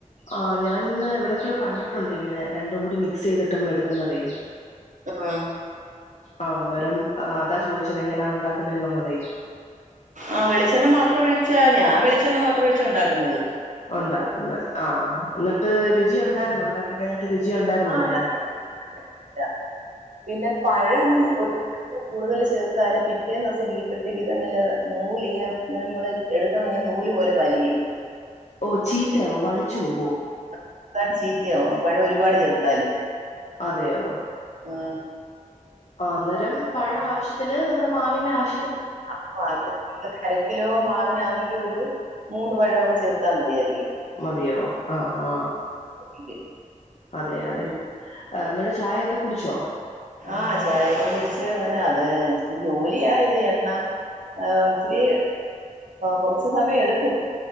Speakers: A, on the left (about 55°); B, on the right (about 70°).
A: ആ ഞാനിന്ന് എവിടെക്കെയൊ കണ്ടിട്ടുണ്ട് ഇങ്ങനെ രണ്ടും കൂടി മിക്സ് ചെയ്തിട്ട് നമ്മൾ എടുക്കുന്നതേ
B: ആ
A: ആ അന്നേരം അതാ ചോദിച്ചത് എങ്ങനാ ഉണ്ടാക്കുന്നേഎന്നുള്ളതേ?
B: ആ വെളിച്ചെണ്ണ മാ മാത്ര ഒഴിച്ചാ ഞാൻ വെളിച്ചെണ്ണ മാത്ര ഒഴിച്ചാ ഉണ്ടാക്കുന്നത്.
A: ഉണ്ടാക്കുന്നേ. ആ എന്നിട്ട് രുചി ഉണ്ടായിരുന്നോ? ഉണ്ടാക്കി കഴിഞ്ഞിട്ട് രുചി ഉണ്ടായിരുേന്നോതിന്.
B: ആഹ് നല്ല ടേസ്റ്റ് കാണില്ല. പിന്നെ പഴം ഒരു കൂടുതൽ ചേർത്താല് പിറ്റേന്ന് ദിവസം ഇരിക്കുമ്പഴേക്ക് ഇതങ്ങില് നൂല് ഇങ്ങനെ ഇങ്ങനെ നമ്മള് എടുക്കഴിഞ്ഞൽ നൂല് പോലെ വലിയും.
A: ഓ ചീത്തയാവോ വളിച്ച <unintelligible>
B: ചെറതായിട്ട് ചീത്തിയാവും പഴം ഒരുപാട് ചേർത്താല്.
A: അതെയോ?
B: ആ
A: ആ അന്നേരം പഴം ആവശ്യത്തിന് നമ്മുടെ മാവിന്റെ ആവശ്യ
B: അപ്പ അ അരക്കിലോ മാവിന അല്ലങ്കിലൊരു ഒരു മൂന്ന് പഴമൊക്കെ ചേർത്താ മതിയായിരിക്കും.
A: മതിയോ? ആ ആ
B: <inaudible>
A: അതെ, അതെ
B: ഉം
A: എന്നിട്ട് ചായയെക്കെ കുടിച്ചോ?
B: ആ ചായയൊക്കെ കുടിച്ച് അങ്ങനെ അത് ഇച്ചരി ജോലിയാ ഇത് എണ്ണ ഇച്ചിരി കുറച്ച്സമയം എടുക്കും.